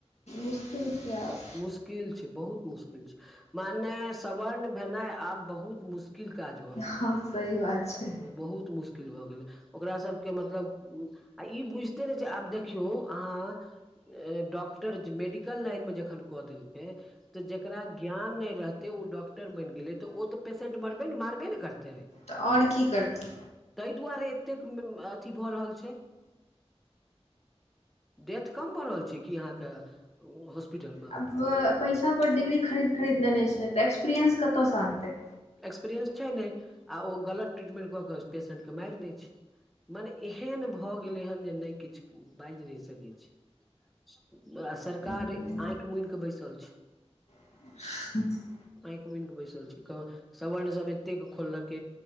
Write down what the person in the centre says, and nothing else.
मुश्किल छै बहुत मुश्किल छै मानेस सवर्ण भेनाय आब बहुत मुश्किल काज भ गेलै
बहुत मुश्किल भऽ गेलै ओकरा सबके मतलब आ ई बुझिते नै छै आब देखियौ अहाँ डॉक्टर जे मेडिकल लाइन मे जखन कऽ देलकै तऽ जकरा ज्ञान नै रहतै उ डॉक्टर बनि गेलै तऽ उ तऽ पेशेन्ट मरबे ने मारबे ने करताय
ताहि दुआरे एतेक अथी भऽ रहल छै डेथ कम भ रहल छै कि अहाँके ओ हॉस्पिटल म
एक्सपीरियएंस छै ने आ ओ गलत ट्रीटमेंट कऽ कऽ पेशेंटके माइर दै छै मने एहन भऽ गेलै हेन जे नय किछु बाजि नय सकै छी आ सरकार
आँख मुन केे बैसल छय
आँख मुइन कऽ बैसल छी सर्ण सब एतेक खोललक